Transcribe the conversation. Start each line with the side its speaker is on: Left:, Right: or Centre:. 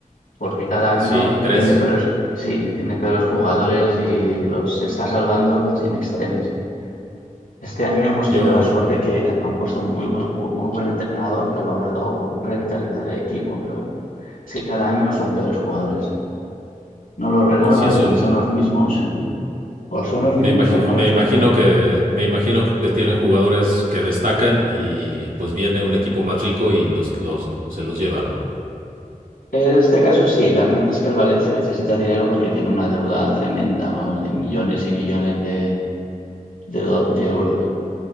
Left: porque cada año
Right: sí, ¿crees?
Left: tiene peores, sí, tiene peores jugadores y los, se está salvando casi en extremis. Este año hemos
Right: Yo,
Left: tenido la suerte que han puesto un muy buen, ju- un buen entrenador que ha logrado revitalizar el equipo, pero es que cada año son peores jugadores. No los renuevan,
Right: mm, sí es un,
Left: son los mismos, y- o son los mismos
Right: Me, imagi-
Left: o no
Right: me
Left: los
Right: imagino
Left: renuevan.
Right: que me imagino que tienen jugadores que destacan y pues viene un equipo más rico y los, los se los lleva, ¿no?
Left: En este caso sí, también es que el Valencia necesita dinero porque tiene una deuda tremenda, vamos, de millones y millones de, de do- de euros.